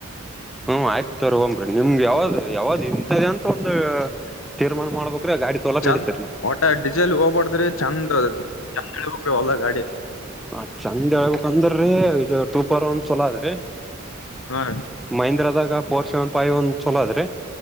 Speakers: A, in the centre; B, on the left.
A: ಹ್ಮ್ ಆಯ್ತ ತ್ರೋಒಂಬ್ರಿ ನಿಮ್ಗೆ ಯಾವ್ದ್ ಯಾವ್ದ್ ಇಂಥದ ಅಂತ ಒಂದು ತೀರ್ಮಾನ ಮಾಡ್ಬೇಕುರಿ ಆ ಗಾಡಿ ತೋಲಕ್
B: ಚಂದ್
A: ನಡೀತರಿ
B: ಒಟ ಡಿಸೆಲ್ ಹೋಗ್ಬಾರಡ್ದ್ರಿ ಚಂದ್ ಚಂದ್ ಇಬೇಕ್ರಿ ಒಲ್ಲ ಗಾಡಿ
A: ಹ ಚೆಂದ ಹೇಳ್ಬೇಕಂದ್ರೆ ಇದು ಟೂ ಪರ್ ಒಂದ ಚಲೋ ಅದ್ರಿ
B: ಹಾ
A: ಮಹೀಂದ್ರದಾಗ ಫೋರ್ ಸೆವನ್ ಫೈವ್ ಒಂದ ಚಲೋ ಅದ್ರಿ